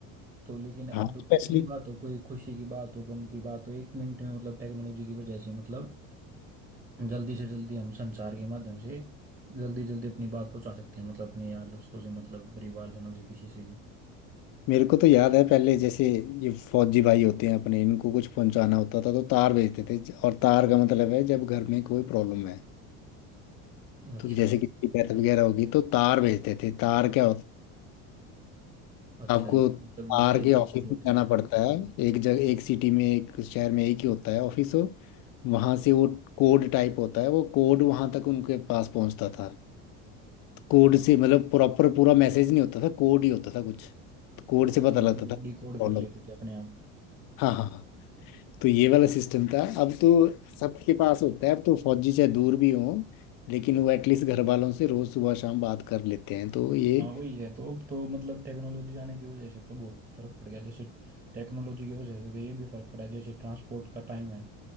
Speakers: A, on the right (about 20°); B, on the left (about 55°).
A: तो लेकिन अब
B: हाँ स्पेशली
A: कुछ भी बात हो कोई खुशी की बात हो गम की बात हो एक मिनट में मतलब टेक्नोलॉजी की वजह से मतलब जल्दी से जल्दी हम संचार के माध्यम से जल्दी जल्दी अपनी बात पहुंचा सकते हैं मतलब अपने यार दोस्तों से मतलब परिवारजनों से किसी से भी
B: मेरे को तो याद है पहले जैसे ये फौजी भाई होते हैं अपने इनको कुछ पहुंचाना होता था तो तार भेजते थे और तार का मतलब है जब घर में कोई प्रॉब्लम है
A: अच्छा
B: तो जैसे किसी की डेथ वगैरह होगी तो तार भेजते थे तार क्या होता
A: अच्छा
B: आपको
A: ये मतलब
B: तार
A: इससे रिलेटेड
B: के ऑफिस
A: होता
B: में जाना
A: है
B: पड़ता है एक जगह एक सिटी में एक शहर में एक ही होता है ऑफिस हो वहां से वो कोड टाइप होता है वो कोड वहां तक उनके पास पहुंचता था तो कोड से मतलब प्रॉपर पूरा मैसेज नहीं होता था कोड ही होता था कुछ तो कोड से
A: अच्छा
B: पता लगता
A: मतलब वो
B: था
A: डिकोड
B: प्रॉब्लम
A: कर लेते थे अपने आप
B: हाँ हाँ हाँ तो ये वाला सिस्टम था अब तो सबके पास होता है अब तो फौजी चाहे दूर भी हो लेकिन वो एटलीस्ट घर वालों से रोज सुबह शाम बात कर लेते हैं तो ये
A: हाँ वही है तो अब तो मतलब टेक्नोलॉजी आने की वजह से तो बहुत फर्क पड़ गया जैसे टेक्नोलॉजी की वजह से तो ये भी फर्क पड़ा जैसे ट्रांसपोर्ट का टाइम है